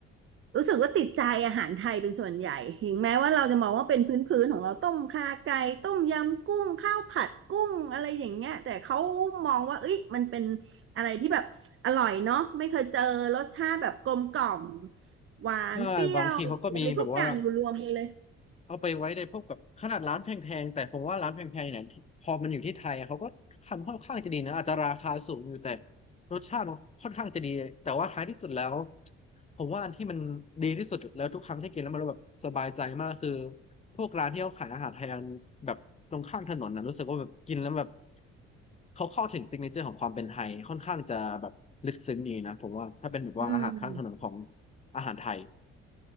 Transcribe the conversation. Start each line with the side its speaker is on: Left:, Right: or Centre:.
Right: รู้สึกว่าติดใจอาหารไทยเป็นส่วนใหญ่ถึงแม้ว่าเราจะมองว่าเป็นพื้นๆของเราต้มข่าไก่ต้มยำกุ้งข้าวผัดกุ้งอะไรอย่างเงี้ยแต่เขามองว่าเอ้ยมันเป็นอะไรที่แบบอร่อยเนาะไม่เคยเจอรสชาติแบบกลมกล่อมหวานเปรี้ยวอะไรทุกอย่างอยู่รวมกันเลย
Left: ใช่บางทีเขาก็มีแบบว่า เอาไปไว้ในพวกแบบขนาดร้านแพงๆแต่ผมว่าร้านแพงๆเนี่ยที่พอมันอยู่ที่ไทยอะเขาก็ทำค่อนข้างจะดีนะอาจจะราคาสูงอยู่แต่รสชาติมันค่อนข้างจะดีแต่ว่าท้ายที่สุดแล้วผมว่าอันที่มันดีที่สุดแล้วทุกครั้งที่กินแล้วมันแบบสบายใจมากคือพวกร้านที่เขาขายอาหารไทยแบบตรงข้างถนนนะรู้สึกว่าแบบกินแล้วแบบเขาเข้าถึงซิกเนเจอร์ของความเป็นไทยค่อนข้างจะแบบลึกซึ้งดีนะผมว่าถ้าเป็นแบบว่าอาหารข้างถนนของ
Right: อืม
Left: อาหารไทย